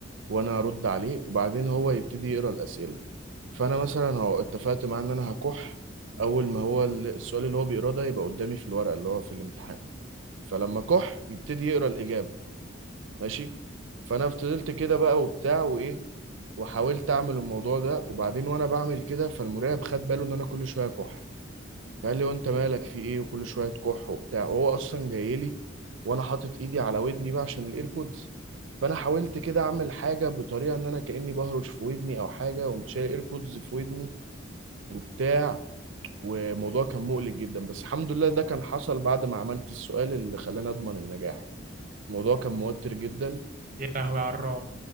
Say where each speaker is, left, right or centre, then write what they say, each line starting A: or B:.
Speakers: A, on the right; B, on the right.
A: وانا ارد عليه وبعدين هو يبتدي يقرا الاسئله فانا مثلا هو اتفقت معاه ان انا هكح اول ما هو ال- السؤال اللي هو بيقراه ده يبقى قدامي في الورقه اللي هو في الامتحان فلما كح يبتدي يقرا الاجابه ماشي فانا فضلت كده بقى وبتاع وايه وحاولت اعمل الموضوع ده وبعدين وانا بعمل كده فالمراقب خد باله ان انا كل شويه كح فقال لي وانت مالك في ايه وكل شويه كح وبتاع وهو اصلا جاي لي وانا حاطط ايدي على ودني بقى عشان الايربودز فانا حاولت كده اعمل حاجه بطريقه ان انا كاني بهرش في ودني او حاجه وقمت شايل الايربودز في ودني وبتاع والموضوع كان مقلق جدا بس الحمد لله ده كان حصل بعد ما عملت السؤال اللي خلاني اضمن النجاح يعني الموضوع كان موتر جدا
B: يا لهوي على الرعب